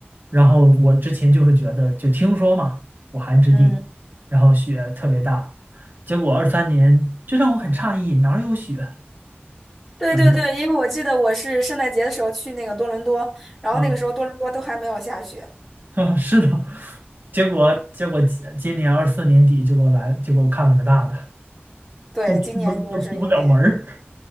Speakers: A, on the right; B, in the centre.
A: 然后我之前就是觉得就听说嘛，武汉之地，
B: 嗯，
A: 然后雪特别大，结果二三年就让我很诧异，哪儿有雪？
B: 对对对，
A: 然
B: 因为我记得我是圣诞节的时候去那个多伦多，然后那个时候多伦多都还没有下雪。
A: 后啊，<laughs> 是的，结果结果今今年二四年底就给我来，就给我看了个大的，
B: 对，
A: <laughs>
B: 今年就是有点，
A: 都出不了门儿。